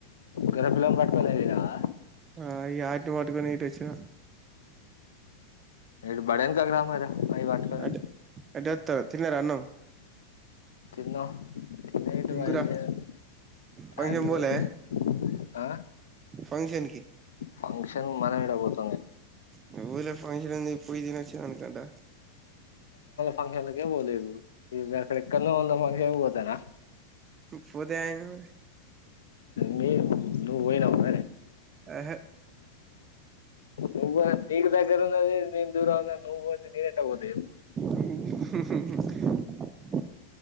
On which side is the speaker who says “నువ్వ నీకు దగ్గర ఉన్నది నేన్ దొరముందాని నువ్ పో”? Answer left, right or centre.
Left